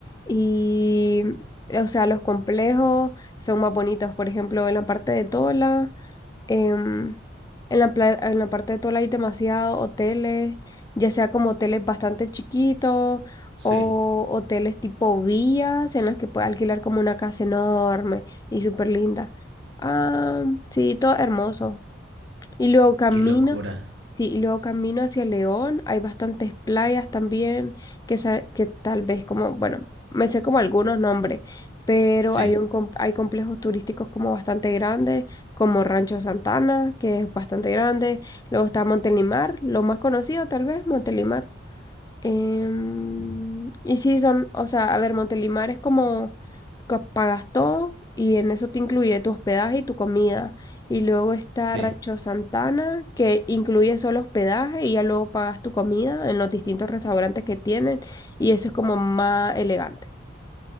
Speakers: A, on the left; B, on the right.
A: y, o sea, los complejos son más bonitos. Por ejemplo, en la parte de Tola, em, en la, pla- en la parte de Tola hay demasiados hoteles, ya sea como hoteles bastante chiquitos
B: Sí.
A: o hoteles tipo villas en los que puedes alquilar como una casa enorme y súper linda. Ah, sí, todo hermoso. Y luego camino,
B: Qué locura.
A: sí, y luego camino hacia León. Hay bastantes playas también que, sa- que tal vez como, bueno, me sé como algunos nombres, pero
B: Sí.
A: hay un com- hay complejos turísticos como bastante grandes, como Rancho Santana, que es bastante grande. Luego está Montelimar, lo más conocido tal vez, Montelimar. Em,
B: Mm.
A: y sí, son, o sea, a ver, Montelimar es como que pagas todo y en eso te incluye tu hospedaje y tu comida. Y luego está
B: Sí.
A: Rancho Santana, que incluye solo hospedaje y ya luego pagas tu comida en los distintos restaurantes que tienen. Y eso es como más elegante.